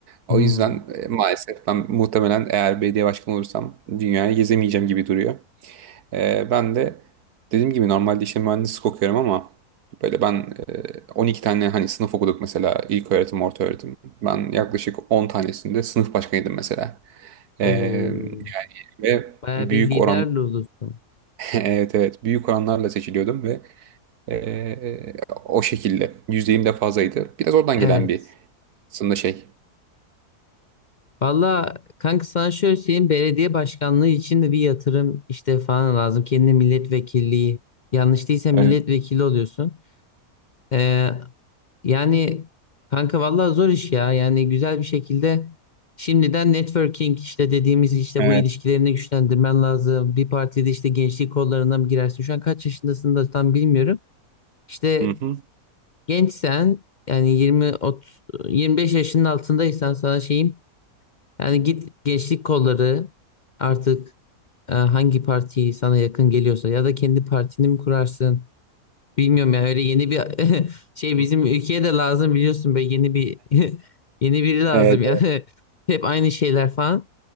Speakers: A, on the right (about 85°); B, on the left (about 55°).
A: O
B: Hmm.
A: yüzden e, maalesef ben muhtemelen eğer belediye başkanı olursam dünyayı gezemeyeceğim gibi duruyor. E, ben de dediğim gibi normalde işte mühendislik okuyorum ama böyle ben e, 12 tane hani sınıf okuduk mesela ilköğretim, ortaöğretim. Ben yaklaşık 10 tanesinde sınıf başkanıydım mesela. E,
B: Oo.
A: ve
B: Bayağı
A: büyük
B: bir lider
A: oran
B: olursun.
A: <laughs> evet evet büyük oranlarla seçiliyordum ve eee, o şekilde yüzdeyim de fazlaydı. Biraz oradan
B: Evet.
A: gelen bir aslında şey.
B: Valla kanka sana şöyle söyleyeyim belediye başkanlığı için de bir yatırım işte falan lazım. Kendine milletvekilliği yanlış değilse milletvekili
A: Evet.
B: oluyorsun. Ee, yani kanka valla zor iş ya yani güzel bir şekilde şimdiden networking işte dediğimiz işte
A: Evet.
B: bu ilişkilerini güçlendirmen lazım. Bir partide işte gençlik kollarına mı girersin şu an kaç yaşındasın da tam bilmiyorum. İşte
A: hı.
B: gençsen yani 20 ot- 25 yaşının altındaysan sana şeyim yani git gençlik kolları artık e, hangi parti sana yakın geliyorsa ya da kendi partini mi kurarsın? Bilmiyorum ya öyle yeni bir <laughs> şey
A: Hı.
B: bizim ülkeye de lazım biliyorsun be yeni bir <laughs> yeni biri lazım
A: Evet.
B: yani. <laughs> Hep aynı şeyler falan.